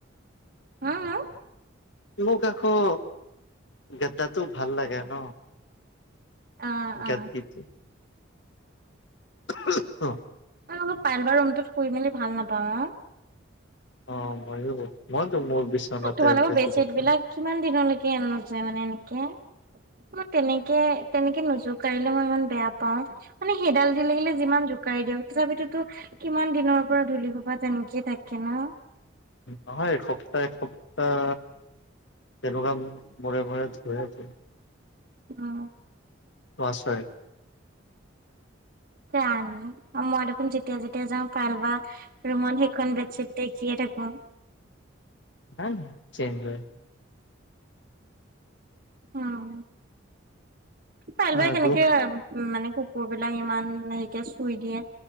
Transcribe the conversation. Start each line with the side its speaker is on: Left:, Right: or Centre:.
Right: হা আ হ।
Left: মোক আকৌ গেটাতটো ভাল লাগে ন।
Right: অ
Left: গাদ্দিটো
Right: অ
Left: উহঃ অহ
Right: মই লগত পায়েলবাৰ ৰুমতটোত শুই মেলি ভাল নাপাওঁ অ।
Left: অ মইয়ো। মইতো মোৰ বিচনাতে
Right: এ তোমালোকৰ
Left: বেছি
Right: বেডশ্বীট
Left: ভাল পাওঁ।
Right: বিলাক কিমান দিনলৈকে আনা যায় মানে এনেকে। মই তেনেকে তেনেকে নোযোকাৰিলে মই ইমান বেয়া পাও মানে সেইডাল দি লাগিলে যিমান যো- কাই দিয়ক তথাপিতোতো কিমান দিনৰ পৰা ধূলি সোপা তেনেকেই থাকে ন।
Left: নহয় এসপ্তাহ এসপ্তাহ তেনকুৱা মৰে মৰে ধুৱে যে।
Right: অ অ।
Left: তোৱা চৰাই।
Right: জানোঁ মই দেখোন যেত- তিয়া যেতিয়া যাওঁ পাইল বা ৰুমত সেইখন বেডশ্বীট দেখিয়ে থাকো।
Left: না না চেঞ্জ হয়।
Right: অহ পাইল বাই
Left: আৰু
Right: কেনেকে এ উ মানে কুকুৰ বিলাক ইমান হেৰিকে চুই দিয়ে